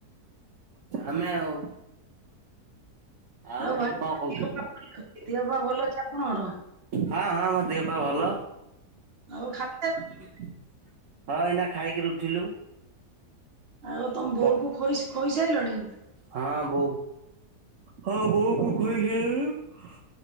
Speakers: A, on the right; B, on the right.
A: ଛ ଆମେ ଆଉ। ଆଉ ଭଉଣି
B: ଭାଇ
A: କଣ କହୁଛୁଁ।
B: ଦେହ ପା ଭଲ ଅଛି ଦେହ ପା ଭଲ ଅଛି ଆପଣଙ୍କର?
A: ହଁ ହଁ ମୋ ଦେହ ବା ଭଲ।
B: ଆଉ ଖାଇଲନି?
A: ହଁ <inaudible> ହଁ। ଏଇନା ଖାଇକରି ଉଠିଲୁ।
B: ଆଉ ତମ ବୋଉ
A: ପ
B: କୁ ଖୋଇ ଖୋଇ ସାରିଲଣି।
A: ହଁ ବୋଉ ହଁ ବୋଉକୁ ଖୋଇସାରିଲିଣି।